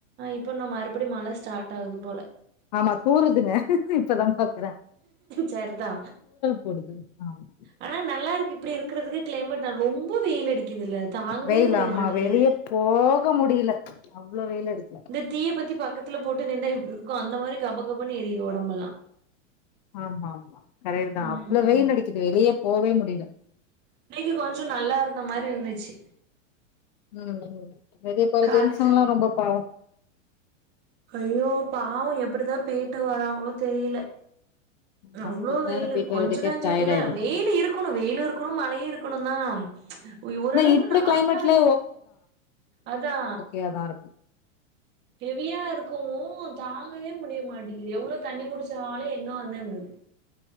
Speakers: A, on the right; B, on the left.
A: இப்ப நா மறுபடியு மழ ஸ்டாட் டா ஆகு போல
B: ஆமா தூறுதுங்க இப்பதா பாத்
A: செர்தா
B: போடுது ஆமா
A: ஆனா நல்லா இருக்கு இப்டி இருக்கிறதுக்கு கிளைமேட் நா ரொம்ப வெயில் அடிக்குதுல்ல தாங்கவே
B: வெயில்
A: முடியமாட்டிக்குது
B: ஆமா வெளிய போக முடியல அவ்ளோ வெயில் அடிக்கு
A: இந்த தீய பத்தி பக்கத்துல போட்டு நின்னா எப்டி இருக்கு அந்த மாரி கப கபன்னு எரியுது ஒடம்பெல்லா
B: ஆமா ஆமா கரையர் தா
A: ம்
B: அவ்ளோ வெயில் அடிக்குது வெளியே போவே முடில
A: இன்னக்கி கொஞ்சோ நல்லா இருந்த மாரி இருந்துச்சு
B: ம் ம் வெளில போய்
A: கால
B: ஜென்ஸ்ங்கெல்லா ரொம்ப பாவோ
A: ஐயோ பாவோ எப்டிதா பேய்ட்டு வராங்களோ தெரியில
B: நம்ம
A: அவ்ளோ
B: கொஞ்ச
A: வெயிலு
B: நேரம் போயிட்டு
A: கொஞ்சோ
B: வர்றதுக்கே
A: நஞ்சோ
B: டயர்ட்
A: இல்ல
B: ஆயிடுது
A: வெயில் இருக்கு க்கனு வெயிலு இருக்கனு மழையு இருக்கனு தா ஒய் ஓரளவுக்கு
B: ஆனா இப்டி
A: நார்மலா
B: கிளைமேட்ல
A: இரு அதா
B: தா நார்
A: ஹெவியா இருக்குமோ தாங்கவே முடிய மாட்டேங்குது எவ்ளோ தண்ணி குடிச்சாலு எங்க வந்தேங்குது